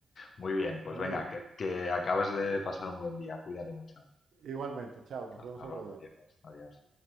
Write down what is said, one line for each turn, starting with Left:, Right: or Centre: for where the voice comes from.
Left: Muy bien, pues
Right: Muy
Left: venga,
Right: bien.
Left: que, que acabes de pasar un buen día. Cuídate mucho.
Right: Igualmente, chao, nos
Left: Hasta
Right: vemos
Left: luego,
Right: otro día.
Left: adiós, adiós.